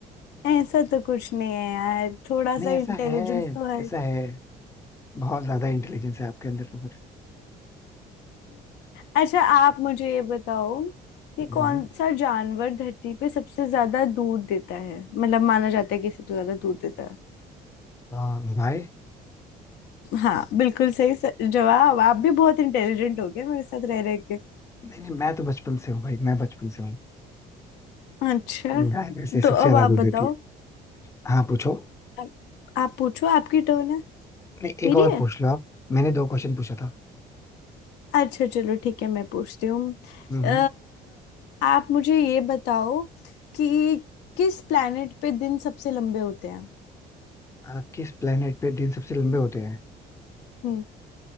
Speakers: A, on the left; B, on the left.
A: ऐसा तो कुछ नहीं है यार थोड़ा
B: नहीं
A: सा
B: ऐसा
A: इंटेलिजेंस
B: है
A: तो है
B: ऐसा है बहुत ज्यादा इंटेलिजेंस है आपके अंदर तो फिर
A: अच्छा आप मुझे ये बताओ कि
B: हम्म।
A: कौन सा जानवर धरती पे सबसे ज्यादा दूध देता है मतलब माना जाता है कि सबसे ज्यादा दूध देता है
B: हाँ भाई
A: हाँ बिल्कुल सही स- जवाब आप भी बहुत इंटेलिजेंट हो गए मेरे साथ रह रहे
B: नहीं नहीं मैं तो बचपन से हूँ भाई मैं बचपन से हूँ
A: अच्छा
B: गाय वैसे सबसे
A: तो अब
B: ज्यादा
A: आप
B: दूध
A: बताओ
B: देती है हाँ पूछो
A: आप, आप पूछो आपकी टर्न है
B: नहीं
A: मेरी
B: एक और
A: है
B: पूछ लो आप मैंने दो क्वेश्चन पूछा था
A: अच्छा चलो ठीक है मैं पूछती हूँ
B: हम्म
A: अ,
B: हम्म।
A: आप मुझे ये बताओ कि किस प्लेनेट पे दिन सबसे लंबे होते हैं
B: आ, किस प्लेनेट पे दिन सबसे लंबे होते हैं
A: हम्म